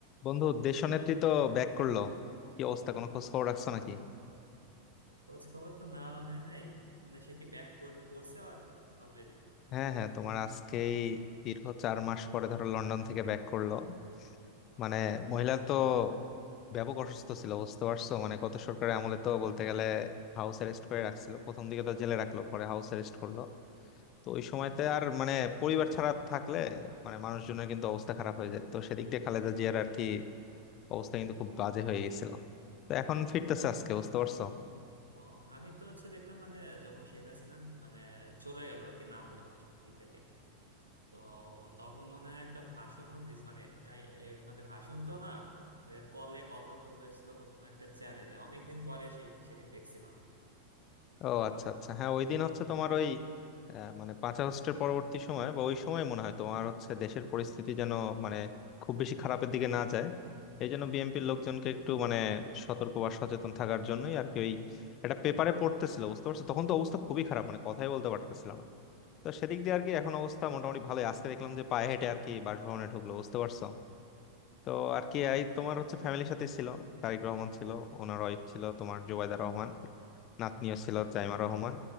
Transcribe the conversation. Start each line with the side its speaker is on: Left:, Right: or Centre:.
Left: বন্ধু দেশনেত্রী তো ব্যাক করলো কি অবস্থা কোনো খোঁজ খবর রাখছো নাকি
Right: খোঁজ খবর তো নেওয়া হয় নাই মানে সে কি ব্যাক করছে অলরেডি
Left: হ্যাঁ হ্যাঁ তোমার আজকেই দীর্ঘ চার মাস পরে ধরো লন্ডন থেকে ব্যাক করলো মানে মহিলা তো ব্যাপক অসুস্থ ছিল বুঝতে পারছো মানে গত সরকারের আমলে তো বলতে গেলে হাউস অ্যারেস্ট করে রাখছিল প্রথম দিকে তো জেলে রাখলো পরে হাউস অ্যারেস্ট করলো তো ওই সময়তে আর মানে পরিবার ছাড়া থাকলে মানে মানুষজনের কিন্তু অবস্থা খারাপ হয়ে যায় তো সেদিক দিয়ে খালেদা জিয়ার আর কি অবস্থা কিন্তু খুব বাজে হয়ে গেছিল তো এখন ফিরতেছে আজকে বুঝতে পারছো
Right: ও আমি তো হচ্ছে দেখলাম মানে যখন শেখ হাসিনা মানে চলে গেল আর কি নামলো ই থেকে তো তখন মনে হয় একটা ভাষণও দিস মানে কাই- এ মানে ভাষণ তো না ওই কলে কথা বলতে এসেছিল কোনো একটা চ্যানেলে অনেকদিন পরে সেই সেদিন দেখছিলাম
Left: ও আচ্ছা আচ্ছা হ্যাঁ ওই দিন হচ্ছে তোমার ওই আহ, মানে পাঁচ আগস্টের পরবর্তী সময় বা ওই সময় মনে হয় তোমার হচ্ছে দেশের পরিস্থিতি যেন মানে খুব বেশি খারাপের দিকে না যায় এই জন্য বিএনপির লোকজনকে একটু মানে সতর্ক বা সচেতন থাকার জন্যই আর কি ওই একটা পেপারে পড়তেছিল বুঝতে পারছো তখন তো অবস্থা খুবই খারাপ মানে কথাই বলতে পারতেছিলাম না তো সেদিক দিয়ে আর কি এখন অবস্থা মোটামুটি ভালোই আজকে দেখলাম যে পায়ে হেঁটে আর কি বাসভবনে ঢুকলো বুঝতে পারছো তো আর কি এই তোমার হচ্ছে ফ্যামিলির সাথে ছিল তারেক রহমান ছিল ওনার ওয়াইফ ছিল তোমার জোবাইদা রহমান নাতনিও ছিল জাইমা রহমান